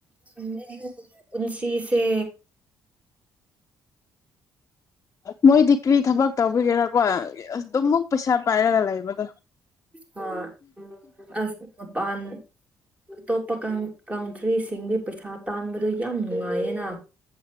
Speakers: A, on the right; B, on the left.
A: ꯈꯪꯗꯦ ꯑꯩꯈꯣꯏ ꯄꯨꯟꯁꯤꯁꯦ
B: ꯃꯣꯏꯗꯤ ꯀ꯭ꯔꯤ ꯊꯕꯛ ꯇꯧꯕꯒꯤꯔꯥꯀꯣ ꯑ ꯑꯗꯨꯃꯨꯛ ꯄꯩꯁꯥ ꯄꯥꯏꯔꯒ ꯂꯩ ꯀꯩꯅꯣꯝꯇꯥ
A: ꯍꯣꯏ ꯑꯁ ꯃꯄꯥꯟ ꯑꯇꯣꯞꯄ ꯀꯟ ꯀꯟꯇ꯭ꯔꯤꯁꯤꯡꯗꯤ ꯄꯩꯁꯥ ꯇꯥꯟꯕꯗꯣ ꯌꯥꯝ ꯅꯨꯡꯉꯥꯏꯌꯦꯅ